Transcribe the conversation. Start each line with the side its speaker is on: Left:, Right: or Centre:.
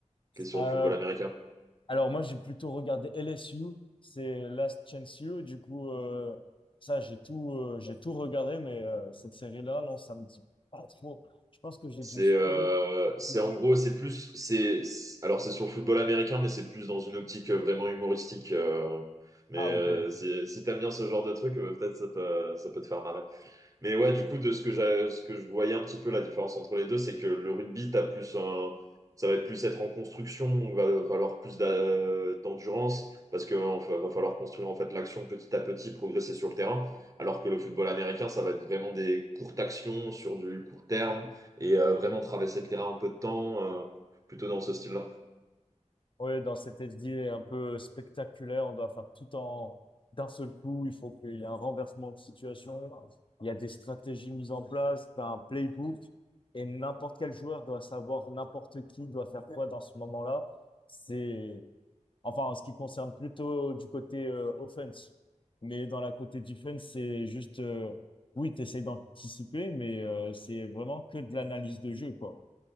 Right: qui est sur
Left: Euh,
Right: le football américain.
Left: Alors moi, j'ai plutôt regardé LSU, c'est Last Chance U. Du coup, euh, ça, j'ai tout, euh, j'ai tout regardé, mais euh, cette série-là, non, ça me dit pas trop. Je pense que j'ai
Right: C'est
Left: dû sûrement...
Right: euh,
Left: <laughs>
Right: c'est en gros, c'est plus. c'est c'est- Alors, c'est sur le football américain, mais c'est plus dans une optique euh, vraiment humoristique. euh. mais
Left: Ah,
Right: euh,
Left: ok.
Right: si, si t'aimes bien ce genre de truc, euh, peut-être ça peut, ça peut te faire marrer. Mais ouais, du coup, de ce que j'a- ce que je voyais un petit peu la différence entre les deux, c'est que le rugby, t'as plus un, ça va être plus être en construction, on va falloir plus d'a- d'endurance, parce que euh, va va falloir construire en fait l'action petit à petit, progresser sur le terrain. Alors que le football américain, ça va être vraiment des courtes actions sur du court terme et euh, vraiment traverser le terrain en peu de temps, euh, plutôt dans ce style-là.
Left: Oui, dans cette SD un peu spectaculaire, on doit faire tout en d'un seul coup. Il faut qu'il y ait un renversement de situation. Il y a des stratégies mises en place, t'as un playbook, et n'importe quel joueur doit savoir n'importe qui doit faire quoi dans ce moment-là. C'est Enfin, en ce qui concerne plutôt du côté euh, offense. Mais dans la côté defense, c'est juste, euh, oui, tu essaies d'anticiper, mais euh, c'est vraiment que de l'analyse de jeu, quoi.